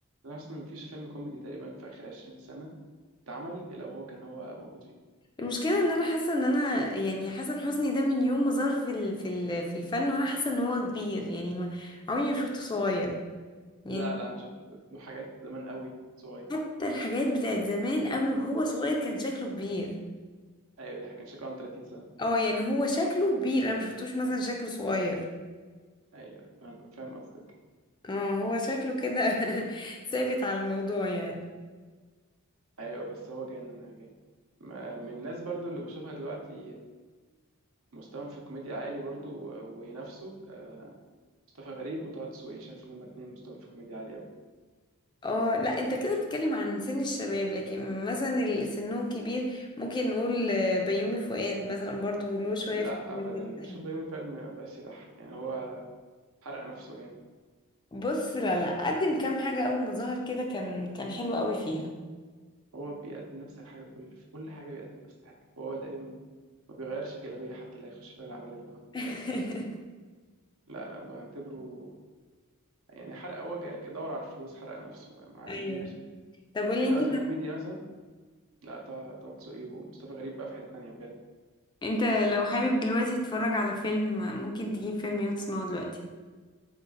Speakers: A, on the right (about 70°); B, on the left (about 20°).
A: حسن حسني مفيش فيلم كوميدي تقريبا في اخر 20 سنة اتعمل الا وهو كان هو موجود فيه
B: المشكله ان انا حاسه ان انا يعني حسن حسني ده من يوم ما ظهر في ال- في ال- في الفن وانا حاسه ان هو كبير يعني ما عمري ما شفته صغير يعني
A: لا لا انا شفت له حاجات زمان قوي صغير
B: حتى الحاجات بتاعت زمان قوي وهو صغير كان شكله كبير
A: ايوه دي كان شكله عنده 30 سنة
B: اه يعني هو شكله كبير انا ما شفتوش مثلا شكله صغير
A: ايوه فاهم فاهم قصدك
B: اه هو شكله كده <laughs> ثابت على الموضوع يعني
A: ايوه بس هو كان جامد ما- من الناس برضو اللي بشوفها دلوقتي مستواهم في الكوميديا عالي برضو آه، وينافسوا آه، مصطفى غريب وطه دسوقي شايف ان هما اتنين مستواهم في الكوميديا عالي قوي
B: اه لا انت كده بتتكلم عن سن الشباب لكن مثلا اللي سنهم كبير ممكن نقول آه، بيومي فؤاد مثلا برضو له شوية
A: لا
B: في الميوزك
A: ابدا
B: ده
A: بشوف
B: حلو.
A: بيومي فؤاد ما بقاش يضحك يعني هو حرق نفسه جامد
B: بص لا لا قدم كام حاجة اول ما ظهر كده كان كان حلو قوي فيها
A: هو بيقدم نفس الحاجه كل في كل حاجه بيقدم نفس الحاجه وهو تقريبا ما بيغيرش الجلابيه حتى اللي هيخش فيها العمل اللي بعده
B: <laughs>
A: لا لا بعتبره يعني حرق هو جا- دور على الفلوس حرق نفسه ما عجبنيش
B: ايوه طب قولي
A: انما
B: انت
A: ككوميديا مثلا لا طه طه دسوقي ومصطفى غريب بقى في حته تانيه بجد
B: انت لو حابب دلوقتي تتفرج على فيلم ممكن تجيب فيلم ايه وتسمعه دلوقتي